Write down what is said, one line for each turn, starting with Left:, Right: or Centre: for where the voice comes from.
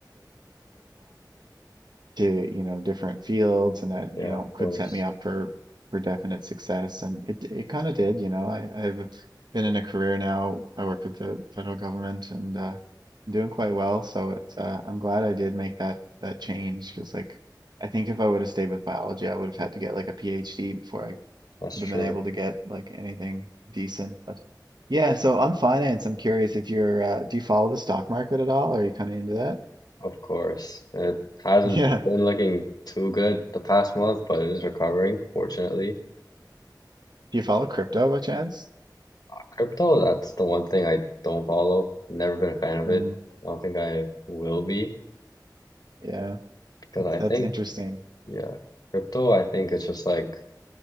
Right: to you know different fields and that you
Left: Yeah,
Right: know
Left: of
Right: could
Left: course.
Right: set me up for for definite success and it it kind of did you know I I've been in a career now I work with the federal government and uh doing quite well so it's uh, I'm glad I did make that that change because like I think if I would have stayed with biology I would have had to get like a PhD before I
Left: That's
Right: would
Left: true.
Right: have been able to get like anything decent but yeah so on finance I'm curious if you're uh, do you follow the stock market at all are you kind of into that
Left: Of course. It hasn't
Right: <laughs> yeah
Left: been looking too good the past month, but it is recovering, fortunately.
Right: do you follow crypto by chance
Left: Crypto, that's the one thing I don't follow. Never been a fan of
Right: Mm,
Left: it. I don't think I will be
Right: yeah,
Left: because
Right: that's
Left: I
Right: that's
Left: think,
Right: interesting.
Left: yeah, crypto, I think it's just like